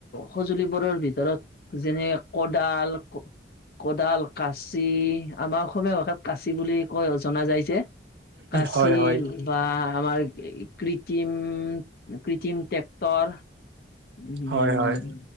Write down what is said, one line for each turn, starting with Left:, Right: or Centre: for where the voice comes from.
Left: সজুলিবোৰৰ ভিতৰত যেনে কদাল কদাল, কাঁচি। আমাৰ অসমীয়া ভাষাত কাঁচি বুলি কয়, জনা যাই যে। কাঁচি
Right: হয় হয়
Left: বা আমাৰ কৃত্ৰিম-কৃত্ৰিম ট্ৰেক্টৰ উম,
Right: হয় হয়